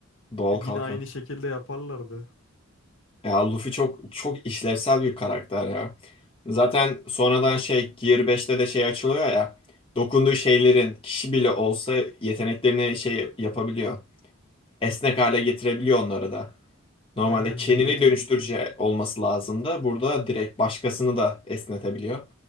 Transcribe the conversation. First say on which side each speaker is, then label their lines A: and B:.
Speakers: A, on the left; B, on the left.
A: Doğal
B: Yine
A: kalkan.
B: aynı şekilde yaparlardı.
A: Ya Luffy çok çok işlevsel bir karakter ya. Zaten sonradan şey Gear 5'te de şey açılıyor ya. Dokunduğu şeylerin kişi bile olsa yeteneklerini şey yapabiliyor. Esnek hale getirebiliyor onları da. Normalde
B: Aynen
A: kendini
B: milletin
A: dönüştürücü olması lazım da burada direkt başkasını da esnetebiliyor.